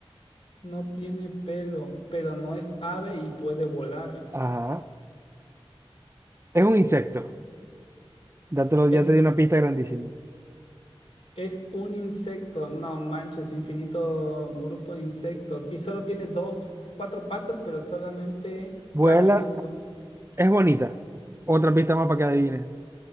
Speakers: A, on the left (about 70°); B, on the right (about 25°).
A: no tiene pelo, pero no es ave y puede volar.
B: Ajá. Es un insecto. Dátelo-
A: Es
B: ya te di una pista grandísima.
A: Es un insecto, no manches, infinito grupo de insectos. Y solo tiene dos, cuatro patas, pero solamente
B: Vuela,
A: camina en dos.
B: es bonita. Otra pista más para que adivines.